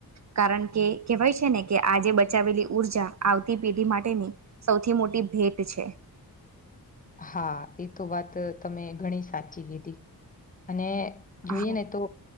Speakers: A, on the right; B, on the left.
A: કારણ કે કેહેવાય છે ને કે આજે બચાવેલી ઉઊર્જા આવતી પેઢી માટેની સૌથી મોટી ભેટ છે
B: હા એ તો વાત તમે ઘણી સાચી કીધી અને
A: હા,
B: જોઈએ ને તો